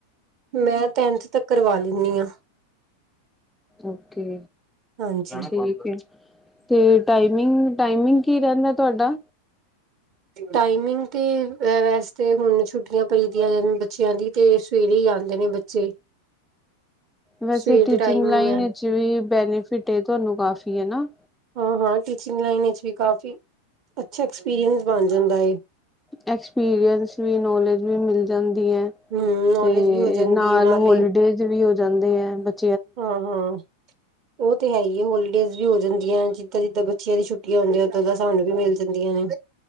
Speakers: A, on the right (about 40°); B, in the centre.
A: ਮੈਂ ਟੈਂਨਥ ਤੱਕ ਕਰਵਾ ਲੈਂਨੀ ਆ।
B: ਓਕੇ
A: ਹਾਂਜੀ
B: ਠੀਕ ਏ। ਤੇ ਟਾਇਮਿੰਗ ਟਾਈਮਿੰਗ ਕੀ ਰਹਿੰਦਾ ਤੁਹਾਡਾ?
A: ਟਾਈਮਿੰਗ ਤੇ ਵੈਸੇ ਤੇ ਹੁਣ ਛੁੱਟੀਆਂ ਪਈ ਦੀਆਂ ਬੱਚਿਆਂ ਦੀ। ਤੇ ਸਵੇਰੇ ਈ ਆਦੇ ਨੇ ਬੱਚੇ
B: ਵੈਸੇ
A: ਸਵੇਰ ਦੇ
B: ਟੀਚਿੰਗ
A: ਟਾਈਮ
B: ਲਾਈਨ
A: ਹੀ ਮੈਂ
B: ਚ ਵੀ ਬੈਨੀਫਿਟ ਇਹ ਤੁਹਾਨੂੰ ਕਾਫੀ ਐ ਨਾ
A: ਹਾਂ ਹਾਂ ਟੀਚਿੰਗ ਲਾਈਨ ਵਿੱਚ ਵੀ ਕਾਫ਼ੀ, ਅੱਛਾ ਐਕਸਪੀਰੀਅੰਸ ਬਣ ਜਾਂਦਾ ਐ।
B: ਐਕਸਪੀਰੀਐੰਸ ਵੀ ਨੌਲੇਜ ਵੀ ਮਿਲ ਜਾਂਦੀ ਐ।
A: ਹਮ ਨੌਲੇਜ
B: ਤੇ
A: ਵੀ ਹੋ ਜਾਂਦੀ
B: ਨਾਲ
A: ਹੈ ਨਾਲੇ
B: ਹੋਲੀਡੇਜ ਵੀ ਹੋ ਜਾਂਦੇ ਐ ਬੱ
A: ਹਾਂ ਹਾਂ, ਉਹ ਤੇ ਹੈ ਈ ਐ ਹੋਲੀਡੇਜ ਵੀ ਹੋ ਜਾਂਦੀਆਂ ਜਿੱਦਾਂ ਜਿੱਦਾਂ ਬੱਚਿਆਂ ਦੀ ਛੁੱਟੀਆਂ ਹੁੰਦੀਆਂ ਉਦਾਂ ਸਾਨੂੰ ਵੀ ਮਿਲ ਜਾਂਦੀਆਂ ਨੇ।